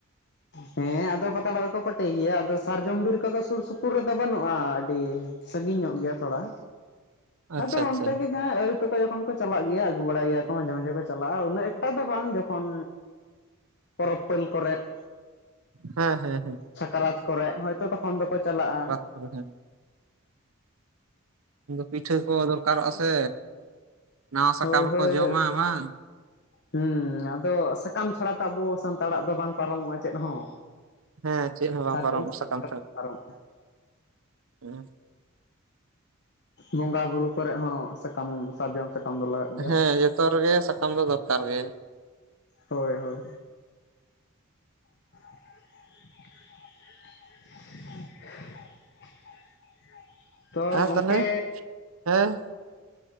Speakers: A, on the left (about 55°); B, on the right (about 65°).
A: ᱦᱮᱸ ᱟᱫᱚ ᱯᱟᱛᱲᱟ ᱫᱚᱠᱚ ᱯᱟᱹᱴᱤ ᱜᱮᱭᱟ ᱟᱫᱚ ᱥᱟᱨᱡᱚᱢ ᱵᱤᱨ ᱠᱚᱫᱚ ᱥᱩᱨ ᱥᱩᱯᱩᱨ ᱨᱮᱫᱚ ᱵᱟᱹᱱᱩᱜᱼᱟ ᱟᱹᱰᱤ ᱥᱟᱺᱜᱤᱧ ᱧᱚᱜ ᱜᱮᱭᱟ ᱛᱷᱚᱲᱟ
B: ᱟᱪᱪᱷᱟ
A: ᱟᱫᱚ
B: ᱟᱪᱪᱷᱟ
A: ᱚᱱᱛᱮ ᱜᱮ ᱡᱟᱦᱟᱸ ᱟᱹ ᱛᱟ ᱡᱚᱠᱷᱚᱱ ᱠᱚ ᱪᱟᱞᱟᱜ ᱜᱮᱭᱟ ᱟᱹᱜᱩ ᱵᱟᱲᱟᱭ ᱜᱮᱭᱟ ᱠᱚ ᱢᱟᱡᱷᱮ ᱢᱟᱡᱷᱮ ᱠᱚ ᱪᱟᱞᱟᱜᱼᱟ ᱩᱱᱟᱹᱜ ᱮᱠᱴᱟ ᱫᱚ ᱵᱟᱝ ᱡᱚᱠᱷᱚᱱ ᱯᱚᱨᱚᱵᱽ ᱯᱟᱹᱞ ᱠᱚᱨᱮᱫ
B: ᱦᱮᱸ ᱦᱮᱸ᱾
A: ᱥᱟᱠᱨᱟᱛ ᱠᱚᱨᱮᱜ ᱦᱚᱭᱛᱚ ᱛᱚᱠᱷᱚᱱ ᱫᱚᱠᱚ ᱪᱟᱞᱟᱜᱼᱟ᱾
B: <unintelligible> ᱯᱤᱴᱷᱟᱹ ᱠᱚ ᱫᱚᱨᱠᱟᱨᱚᱜ-ᱟ ᱥᱮ ᱱᱟᱣᱟ ᱥᱟᱠᱟᱢ
A: ᱦᱳᱭ
B: ᱨᱮᱠᱚ
A: ᱦᱳᱭ
B: ᱡᱚᱢᱟ ᱵᱟᱝ?
A: ᱦᱩᱸ, ᱟᱫᱚ ᱥᱟᱠᱟᱢ ᱪᱷᱟᱲᱟ ᱛᱚ ᱟᱵᱚ ᱥᱟᱱᱛᱟᱲᱟᱜ ᱫᱚ ᱵᱟᱝ ᱯᱟᱨᱚᱢᱚᱜᱼᱟ ᱪᱮᱫ ᱦᱚᱸ
B: ᱦᱮᱸ ᱪᱮᱫ ᱦᱚᱸ ᱵᱟᱝ
A: ᱥᱟᱨᱡᱚᱢ
B: ᱯᱚᱨᱚᱢᱚᱜ-ᱟ ᱥᱟᱠᱟᱢ ᱪᱷᱟᱲᱟ
A: ᱯᱟᱨᱚᱢᱚᱜᱼᱟ
B: ᱦᱩᱸ
A: ᱵᱚᱸᱜᱟ ᱵᱩᱨᱩ ᱠᱚᱨᱮᱜ ᱦᱚᱸ ᱥᱟᱠᱟᱢ ᱥᱟᱨᱡᱚᱢᱼᱼ ᱥᱟᱠᱟᱢ ᱫᱚ ᱞᱟᱜᱟᱜ ᱜᱮᱭᱟ
B: ᱦᱮᱸ ᱡᱚᱛᱚ ᱨᱮᱜᱮ ᱥᱟᱠᱟᱢ ᱫᱚ ᱫᱚᱨᱠᱟᱨ ᱜᱮ
A: ᱦᱳᱭ ᱦᱳᱭ᱾ <inaudible> ᱛᱚ
B: ᱟᱨ
A: ᱜᱚᱝᱠᱮ
B: ᱛᱟᱦᱚᱞᱮ ᱦᱮᱸ